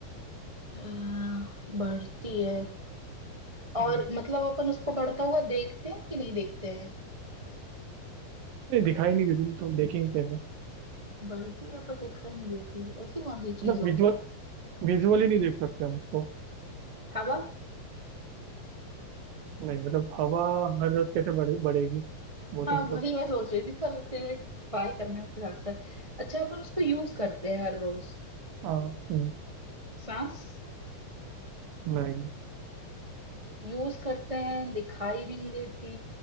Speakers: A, on the right; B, on the right.
A: अ, बढ़ती है और
B: हो
A: मतलब अपन उसको बढ़ता हुआ देखते हैं कि नहीं देखते हैं
B: नहीं दिखाई नहीं देती तो देखेंगे कैसे
A: बढ़ती है पर दिखाई नहीं देती ऐसी कौन सी चीज
B: मतलब
A: होगी
B: विजुअल
A: यार
B: विजुअली नहीं देख सकते हम उसको
A: हवा
B: नहीं मतलब हवा हर रोज कैसे बढ़े बढ़ेगी वो तो
A: हाँ
B: मतलब
A: वही मैं सोच रही थी पर फिर ट्राई करने में फिर आता है अच्छा अपन उसको यूज करते हैं हर रोज
B: हाँ, हम्म,
A: सांस
B: नहीं
A: यूज करते हैं दिखाई भी नहीं देती